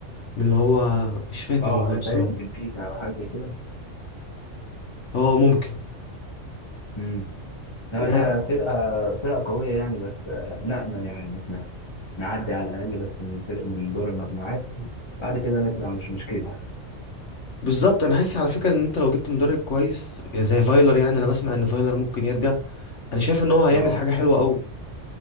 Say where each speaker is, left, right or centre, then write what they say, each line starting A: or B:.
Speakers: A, on the left (about 70°); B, on the left (about 25°).
A: من اللي هو مش فاكر
B: اه
A: والله بصراحه
B: تقريبا بنفيكا او حاجه زي كده
A: اه ممكن
B: امم لا
A: يعني
B: هي فرقه فرقه قويه يعني بس آه، نامل يعني ان احنا نعدي على الاقل بس من فرق من دور المجموعات بعد كده نطلع مش مشكله
A: بالظبط انا حاسس على فكره ان انت لو جبت مدرب كويس زي فايلر يعني انا بسمع ان فايلر ممكن يرجع انا شايف ان هو هيعمل
B: اه
A: حاجه حلوه قوي